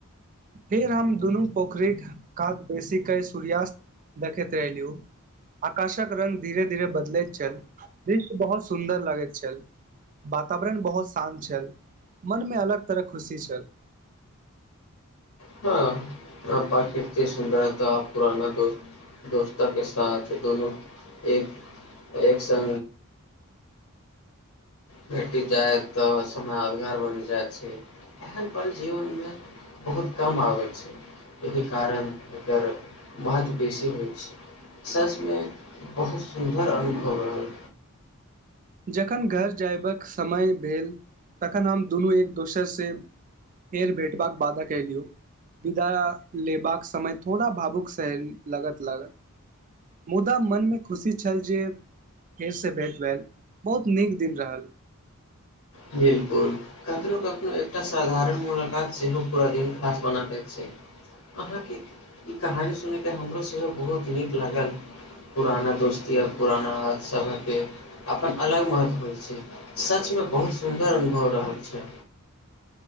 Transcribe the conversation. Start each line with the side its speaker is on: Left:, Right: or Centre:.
Right: फेर हम दुनू पोखरिक कात बेसीे के सूर्यास्त देखैत रहलहुँ आकाशक रङंगग धीरे धीरे बदलैत छल दृश्य बहुत सुन्दर लगैत छल वातावरण बहुत शान्त छल मनमे अलग तरह खुशी छल
Left: हँ आ प्रकृर्ति सुन्दरता आ पुराना दोस्त दोस्त के साथ दोननो एक एक स भेटि जाय तऽ समय यादगार बनि जाइ छै एहन पल जीवनमे बहुत कम आबै छै एहि कारण एकर महत्व बेसी होइ छै ससमे बहुत सुन्दर अनुभव रहल
Right: जखन घर जायबाक समय भेल तखन हम दुनू एक दोसरसँ फेर भेटबाक वादा केलियौ विदा लेबाक समय थोड़ा भावुकसँ लागत लागल मुदा मनमे खुशी छल जे फेरसँ भेँट भेल बहुत नीक दिन रहल
Left: बिलकुल कखनो कखनो एकटा साधारण मुलाकात सेहो पूरा दिन खास बना दैत छै अहाँके ई कहानी सुनयके हमरो सेहो बहुत नीक लागल पुराना दोस्ती आ पुराना सभके अपन अलग महत्व होइ छै सचमे बहुत सुन्दर अनुभव रहल छै